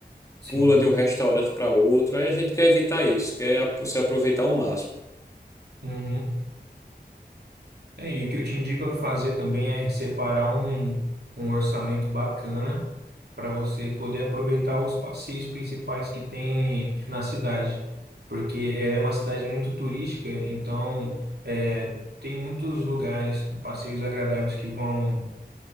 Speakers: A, on the right (about 70°); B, on the left (about 20°).
A: sim.
B: Pula de um restaurante para outro, aí a gente quer evitar isso, quer apro- se aproveitar ao máximo.
A: Uhum. É, e o que eu te indico a fazer também é separar um, um orçamento bacana para você poder aproveitar os passeios principais que tem na cidade, porque ela é uma cidade muito turística, então é, tem muitos lugares, passeios agradáveis que vão